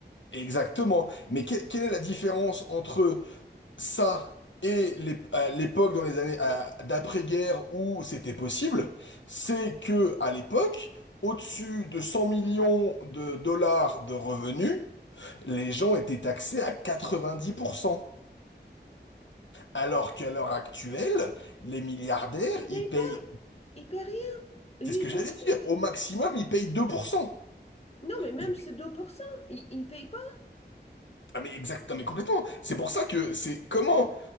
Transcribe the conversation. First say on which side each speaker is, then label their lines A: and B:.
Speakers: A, on the left; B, on the left.
A: exactement. Mais que- quelle est la différence entre ça et l'ép- à l'époque dans les années à- d'après-guerre où c'était possible? C'est que à l'époque, au-dessus de 100 millions de dollars de revenus, les gens étaient taxés à 90%. Alors qu'à l'heure actuelle, les milliardaires,
B: Ils payent
A: ils payent
B: pas, ils payent rien.
A: C'est
B: Lui,
A: ce que
B: il compris.
A: j'allais dire. Au maximum, ils payent 2%.
B: Non, mais même
A: Ils-
B: ces 2%, il ne paye pas.
A: Ah mais exact, non, mais complètement. C'est pour ça que c'est comment